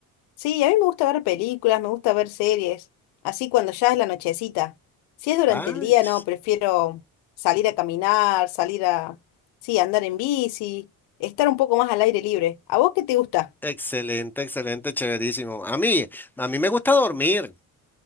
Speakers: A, on the left; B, in the centre.
A: Sí, a mí me gusta ver películas, me gusta ver series. Así cuando ya es la nochecita. Si es durante
B: Ay,
A: el día,
B: ch-
A: no, prefiero salir a caminar, salir a, sí, andar en bici, estar un poco más al aire libre. ¿A vos qué te gusta?
B: excelente, excelente, chéverísimo. A mí, a mí me gusta dormir.